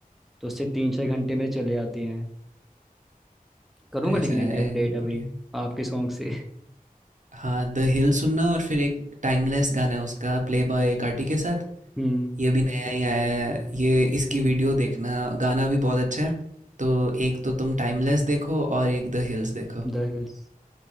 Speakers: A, in the centre; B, on the right.
A: तो उससे तीन चार घंटे में चले आते हैं करूंगा
B: ऐसा
A: लेकिन
B: है
A: अभी अपडेट है
B: बढ़िया
A: भाई आपके सॉन्ग से
B: हाँ द हिल सुनना और फिर एक टाइमलेस गाना है उसका प्ले बॉय कार्टी के साथ
A: हम्म
B: ये भी नया ही आया है ये इसकी वीडियो देखना गाना भी बहुत अच्छा है तो एक तो तुम टाइमलेस देखो और एक द हिल्स देखो
A: The hills